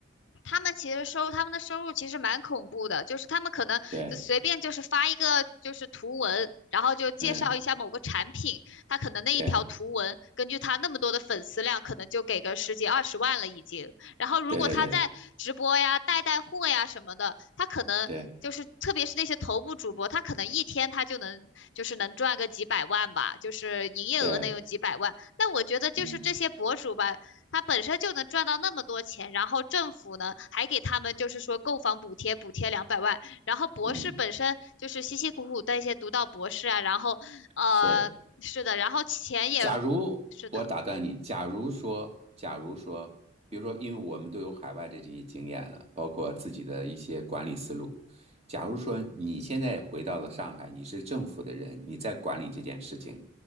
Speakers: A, on the left; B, on the right.
A: 他们其实收入，他们的收入其实蛮恐怖的，就是他们可能就随便就是发一个就是图文，
B: 对，
A: 然后就介绍一下某个产品，
B: 嗯，
A: 他可能那一条图文，
B: 对，
A: 根据他那么多的粉丝量，可能就给个十几二十万了已经。然后如果他在直播呀、
B: 对对对
A: 带带货呀什么的，他可能就是特别是那些头部主播，
B: 对
A: 他可能一天他就能就是能赚个几百万吧，就是营业额能有几百万。
B: 对，
A: 那我觉得就是这些博主吧。
B: 嗯
A: 他本身就能赚到那么多钱，然后政府呢还给他们就是说购房补贴，补贴两百万，然后博士本身就是辛辛苦苦的一些读到博士啊，
B: 嗯，
A: 然后呃是的，
B: 是。
A: 然后钱也
B: 假如我打断你，
A: 是的，
B: 假如说，假如说，比如说，因为我们都有海外的这些经验了，包括自己的一些管理思路。假如说你现在回到了上海，你是政府的人，你在管理这件事情，